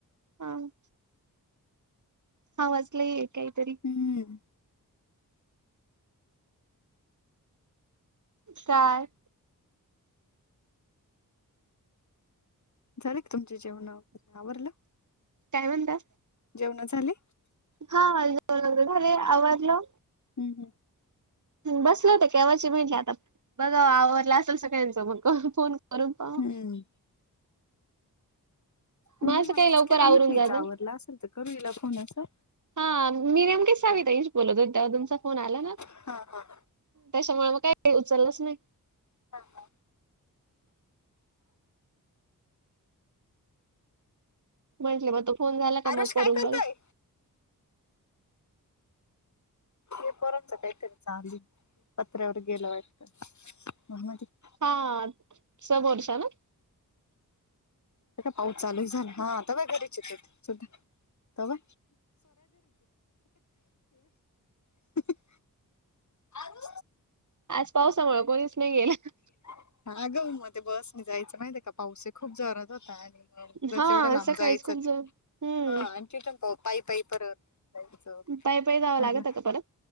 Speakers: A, on the right; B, on the left.
A: हां. हा वाचलयई काहीतरी
B: हम्म.
A: काय
B: झाले क तुमचे जेवणं वगैरे आवरलं
A: काय म्हणता?
B: जेवणं झाली?
A: हा जेवण वगैरे झाले आवारलं
B: हम्म हम्म.
A: बसल होतं केव्हाची म्हटले आता बघा आवरला असेल सगळ्यांचं मग फोन करून
B: हम्म
A: पाहा.
B: हम्म म्हणून
A: माझं
B: आम्हीच
A: काही लवकर
B: केला
A: आवरून
B: म्हंटलं हिचा
A: जातं.
B: आवरला असेल तर करू हिला फोन असा.
A: हा मी नेमकी साविताइंश बोलतो तेव्हा तुमचा फोन आला ना.
B: हा, हा.
A: कशामुळे मग काही का? उचललाच नाही.
B: <unintelligible>
A: म्हटले, तो फोन झाला का,
B: आरुष
A: मग करून
B: काय करतोय
A: बघा.
B: ते पोरांच काय चालूय. पत्र्यावर गेलं वाटतं. <unintelligible>
A: हा. समोरचा, ना.
B: आता पाऊस चालूय झाला. हा आता काय करायचा. असू द्या. <unintelligible> आरु.
A: आज पावसामुळं, कोणीच नाही गेलं.
B: <unintelligible> मध्ये बस ने जायचं माहित का? पाऊसही खूप जोरात होता. आणि उगच
A: हा
B: एवढ्या लांब
A: सकाळीच
B: जायचं.
A: खूप जण हम्म
B: हा अन् तिथून पण पाई - पाई परत. जायचं.
A: पायी पायी जावं
B: आनला.
A: लागत का परत